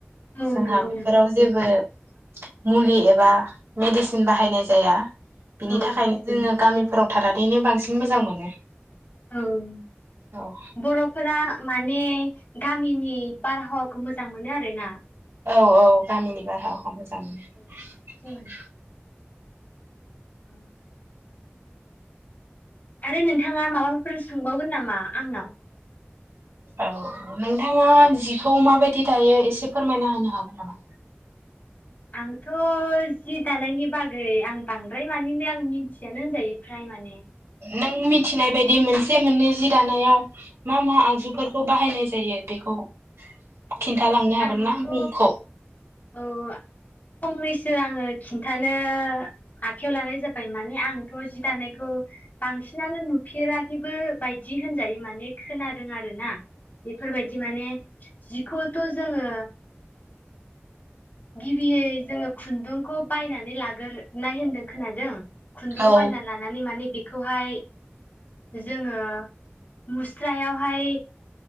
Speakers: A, on the left (about 50°); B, on the right (about 80°).
A: औ
B: जोंहा
A: नंगौ
B: बेफोराव
A: नोंथां
B: जेबो मुलि एबा मेडिसिन बाहायनाय जाया। बिनि
A: औ
B: थाखायनो <unintelligible> जोङो गामि फोराव थारादैनो बांसिन मोजां मोनो
A: ओं
B: औ
A: बर'फोरा माने गामिनि बारहावाखौ मोजां मोनो आरो ना
B: औ औ गामिनि बारहावा गाब जांनो
A: औ साबसिन
B: <unintelligible>
A: ओ आरो नोंथाङा माबाफोर सोंबावगोन नामा? आंनाव
B: औ नोंथाङा जिखौ माबायदि दायो एसे फोरमायना होनो हागोन नामा?
A: आंथ' जि दानायनि बागै आं बांद्राय मानि नो आं मिन्थियानो होनजायो फ्राय माने
B: नों मिथिनाय बायदि मोनसे मोननै जि दानायाव मा मा
A: औ
B: आगजुफोरखौ बाहायनाय जायो बेखौ <unintelligible>
A: औ
B: खिन्थालांनो हागोन
A: आंथ'
B: ना मुंखौ?
A: औ फंनैसो आङो खिन्थानो आखाइयाव लानाय जाबाय माने आंथ' जि दानायखौ बांसिनानो नुफेराखैबो बायदि होनजायो माने खोनादों आरोना बेफोरबायदि माने जिखौ थ' जोङो गिबियै जोङो खुन्दुंखौ बायनानै लाग्रोनाय होन्दों खोनादों खुन्दुखौ
B: औ
A: बायना लानानै माने बे खौ हाय जोङो मुस्रायावहाय